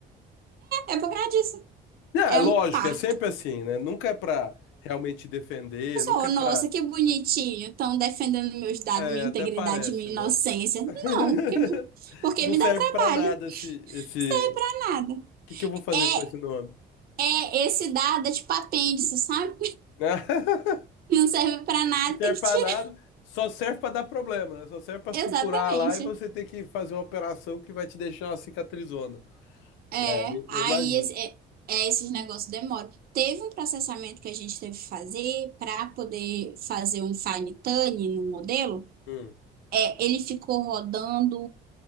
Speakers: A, on the right (about 50°); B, on the left (about 80°).
A: É por causa disso.
B: É, é
A: É
B: lógico,
A: um parto.
B: é sempre assim, né? Nunca é pra realmente defender, nunca
A: A
B: é
A: nossa,
B: pra.
A: que bonitinho. Estão defendendo meus dados,
B: É,
A: minha
B: até
A: integridade,
B: parece,
A: minha
B: né?
A: inocência.
B: <laughs>
A: Não, porque me, porque
B: Não
A: me
B: serve
A: dá trabalho.
B: pra nada
A: Não
B: esse, esse.
A: custa
B: O
A: nada.
B: que que eu vou fazer
A: É,
B: com esse nome?
A: é esse dado é tipo apêndice, sabe?
B: <laughs>
A: Não serve pra nada,
B: Não serve
A: tem que
B: pra
A: tirar.
B: nada, só serve pra dar problema, né? Só serve pra
A: Exatamente.
B: supurar lá e você ter que fazer uma operação que vai te deixar uma cicatrizona.
A: É.
B: É, eu
A: Aí
B: eu imagino.
A: esse- é, é, esses negócios demoram. Teve um processamento que a gente teve que fazer para poder fazer um fine-tuning no modelo.
B: Hum,
A: É, ele ficou rodando